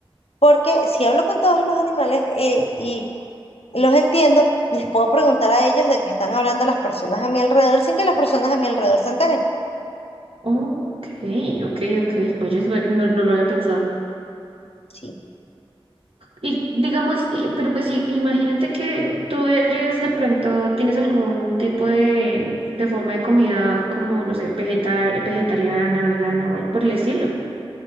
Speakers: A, on the left (about 80°); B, on the right (about 70°).
A: porque si hablo con todos los animales eh, y los entiendo, les puedo preguntar a ellos de qué están hablando las personas a mi alrededor sin que las personas a mi alrededor se enteren.
B: Ok, ok, ok. Oye, es bu- no, no lo había pensado.
A: Sí,
B: Y digamos, y- pero pues sí, imagínate que tú eres de pronto, tienes algún tipo de, de forma de comida como, no sé, vegeta- vegetariana, vegana o algo por el estilo.